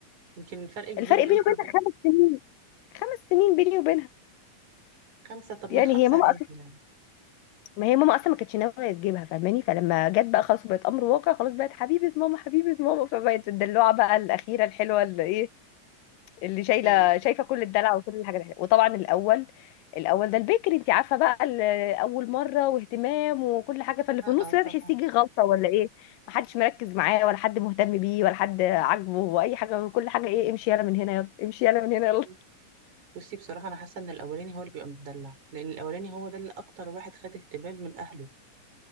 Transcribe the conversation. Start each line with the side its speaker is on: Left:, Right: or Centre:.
Right: يمكن الفرق كبير
Left: الفرق
Right: بينكم
Left: بيني وبينها
Right: وبينها
Left: خمس سنين خمس سنين بيني وبينها
Right: خمسه طب
Left: يعني
Right: ما الخمسه
Left: هي ماما
Right: عادي يعني
Left: ما هي ماما اصلا ما كانتش ناويه تجيبها فاهماني فلما جت بقى خلاص بقت امر واقع خلاص بقت حبيبه ماما حبيبه ماما فبقت الدلوعه بقى الاخيره الحلوه اللي ايه اللي شايله
Right: ايوه
Left: شايفه كل الدلع وكل الحاجات الحلوه وطبعا الاول الاول ده البكري انت عارفه بقى ال- اول مره واهتمام وكل حاجه فاللي
Right: اه
Left: في النص
Right: آه،
Left: ده
Right: طبعا
Left: تحسيه غلطه ولا ايه محدش مركز معاه ولا حد مهتم بيه ولا حد عاجبه واي حاجه وكل حاجه ايه امشي يلا من هنا يلا امشي يلا من هنا يلا
Right: مم. بصي بصراحة أنا حاسة إن الأولاني هو اللي بيبقى متدلع لأن الأولاني هو ده اللي أكتر واحد خد اهتمام من أهله